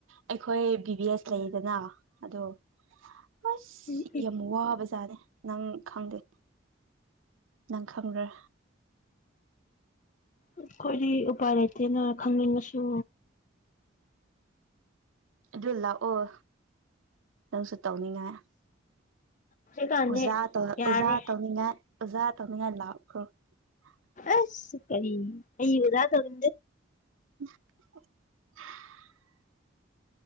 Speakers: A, on the right; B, on the left.
A: ꯑꯩꯈꯣꯏ ꯕꯤ ꯚꯕꯤ ꯑꯦꯁ ꯂꯩꯌꯦꯗꯅ ꯑꯗꯣ ꯑꯁ
B: ꯎꯝ
A: ꯌꯥꯝ ꯋꯥꯕꯖꯥꯔꯦ ꯅꯪ ꯈꯪꯗꯦ ꯅꯪ ꯈꯪꯕ꯭ꯔ
B: ꯑꯩꯈꯣꯏꯗꯤ ꯎꯄꯥꯏ ꯂꯩꯇꯦꯅ ꯈꯪꯅꯤꯡꯉꯁꯨ
A: ꯑꯗꯨ ꯂꯥꯛꯑꯣ ꯅꯪꯁꯨ ꯇꯧꯅꯤꯡꯉꯥꯏ
B: ꯍꯧꯖꯤꯛꯀꯥꯟꯗꯤ
A: ꯎꯖꯥ ꯇ
B: ꯌꯥꯔꯦ
A: ꯎꯖꯥ ꯇꯧꯃꯤ ꯎꯖꯥ ꯇꯧꯃꯤ ꯂꯥꯛꯈꯣ <unintelligible>
B: ꯑꯁ ꯑꯩ ꯑꯩꯕꯨꯗꯥ ꯇꯗ
A: <unintelligible>